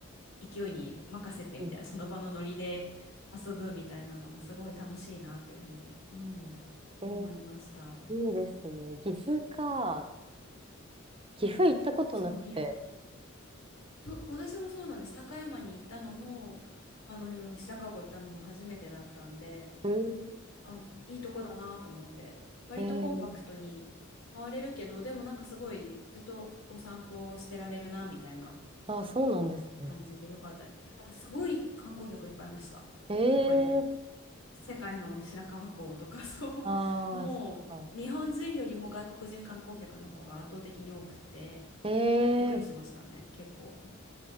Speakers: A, on the left; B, on the right.
A: 勢いに任せてみたいな、
B: うんうん。
A: その場のノリで遊ぶみたいなのもすごい楽しいなっていうふうに、うん、
B: えー、
A: 思いました。
B: いいですね。岐阜か。岐阜行ったことなくて。
A: そう、岐阜、そう私もそうなんです。高山に行ったのも、あの、白川郷行ったのも初めてだったんで、
B: うん。
A: あ、いいとこだなと思って、割とコンパクトに回れるけど、
B: えー、
A: でもなんかすごいずっとお散歩をしてられるなみたいな
B: あ、そうなんですね。
A: 感じでよかったです。ただすごい観光客いっぱいいました。
B: え
A: やっぱり。
B: ー、
A: 世界の白川郷とか <laughs> そうもう日本人よりも外国人観光客の方が圧倒的に多くって
B: あー、そっか。えー、
A: びっくりしましたね結構